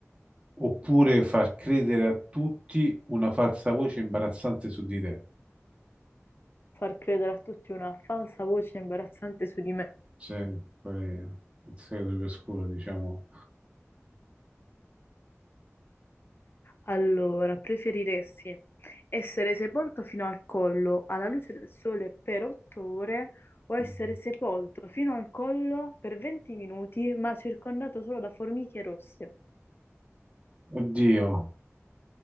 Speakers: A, on the right (about 25°); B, on the left (about 50°).
A: oppure far credere a tutti una falsa voce imbarazzante su di te?
B: Far credere a tutti una falsa voce imbarazzante su di me.
A: Sì, poi il segreto più oscuro, diciamo.
B: Allora, preferiresti essere sepolto fino al collo alla luce del sole per otto ore o essere
A: Mm.
B: sepolto fino al collo per 20 minuti ma circondato solo da formiche rosse?
A: Oddio.